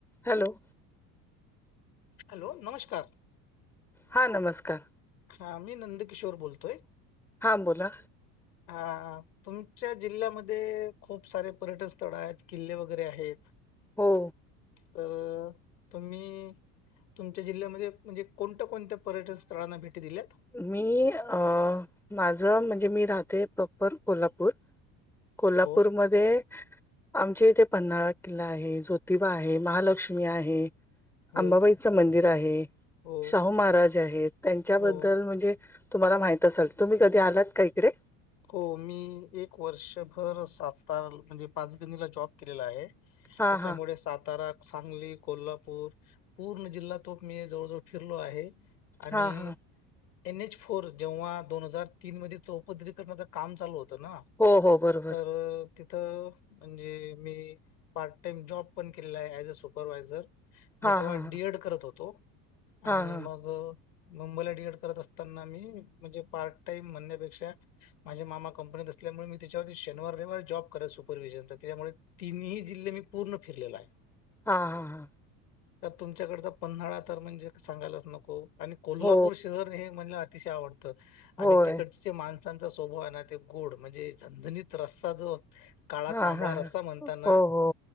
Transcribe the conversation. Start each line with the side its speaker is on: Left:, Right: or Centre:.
Centre: Hello.
Left: Hello, नमस्कार.
Centre: हा नमस्कार.
Left: हा मी नंदकिशोर बोलतोय.
Centre: हा बोला
Left: हा, तुमच्या जिल्ह्यामध्ये खूप सारे पर्यटन स्थळ आहेत, किल्ले वगैरे आहेत. <inaudible>
Centre: हो.
Left: अ तुम्ही तुमच्या जिल्ह्यामध्ये म्हणजे कोणत्या, कोणत्या पर्यटन स्थळांना भेटी दिल्यात?
Centre: मी अ, माझ म्हणजे मी राहते प्रॉपर कोल्हापूर. कोल्हापूरमध्ये-
Left: हो
Centre: आमचे इथे पन्हाळा किल्ला आहे, ज्योतिबा आहे, महालक्ष्मी आहे.
Left: हो
Centre: अंबाबाईचं मंदिर आहे,
Left: हो
Centre: शाहू महाराज आहेत, त्यांच्याबद्-
Left: हो
Centre: म्हणजे तुम्हाला माहित असेल, तुम्ही कधी आलात का इकडे?
Left: हो, मी एक वर्षभर सातार म्हणजे पाचगणीला जॉब केलेला आहे.
Centre: हा
Left: त्याच्यामुळे
Centre: हा
Left: सातारा, सांगली, कोल्हापूर, पूर्ण जिल्हा तो मी जवळ जवळ फिरलो आहे. आणि
Centre: हा हा
Left: एन एच फोर, जेव्हा दोन हजार तीन मध्ये चौपदरी काम चालू होत ना,
Centre: हो हो बरोबर
Left: तर तिथं, म्हणजे मी पार्ट टाइम जॉब पण केलेला आहे, ए्ज अ सुपरवा्हायझर.
Centre: हा
Left: मी तेव्हा
Centre: हा हा
Left: डी एड करत होतो, आणि
Centre: हा हा
Left: मग मुंबईला डि एड करत असताना मी, म्हणजे पार्ट टाइम म्हणण्यापेक्षा माझे मामा कंपनीत असल्यामुळे मी त्याच्यावरती शनीवार रविवार जॉब करायचो सुपरव्हिजनचा त्याच्यामुळे- तिनही जिल्हे मी पूर्ण फिरलेला आहे.
Centre: हा हा हां.
Left: त्यात तुमच्याकडचा पन्हाळा तर म्हणजे सांगायलाच नको. आणि कोल्हापूर
Centre: हो
Left: शहर हे मला अतिशय आवडतं, आणि
Centre: होय
Left: तिकडचे माणसऽ माणसांचा स्वभाव आहे ना ते गोड,, म्हणजेऽ झनझणीत रस्सा जो, काळा
Centre: हा
Left: तांबळा
Centre: हा
Left: रस्सा
Centre: हा.
Left: म्हणता ना.
Centre: हो हो